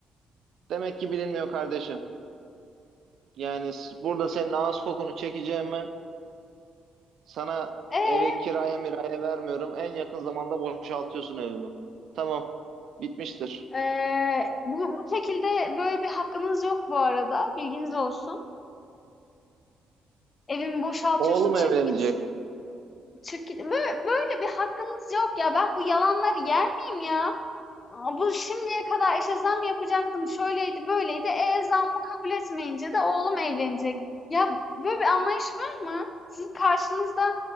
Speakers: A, on the right; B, on the left.
A: Demek ki bilinmiyor kardeşim. Yani s- burada senin ağız kokunu çekeceğime Sana
B: Ee,
A: eve kiraya miraya vermiyorum. En yakın zamanda boşaltıyorsun evimi. Tamam. Bitmiştir.
B: ee, bu, bu şekilde böyle bir hakkınız yok bu arada. Bilginiz olsun. Evimi boşaltıyorsun
A: Oğlum
B: çık
A: evlenecek.
B: git. Çık git. Böyle, böyle bir hakkınız yok ya. Ben bu yalanları yer miyim ya? Aa, bu şimdiye kadar işte zam yapacaktım, şöyleydi, böyleydi. E zammı kabul etmeyince de oğlum evlenecek. Ya böyle bir anlayış var mı? Sizin karşınızda